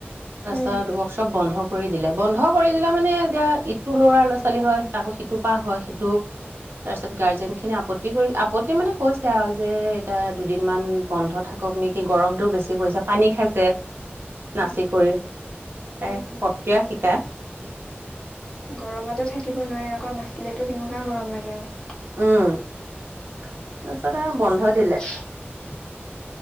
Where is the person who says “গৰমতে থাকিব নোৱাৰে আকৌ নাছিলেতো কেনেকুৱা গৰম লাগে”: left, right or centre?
Left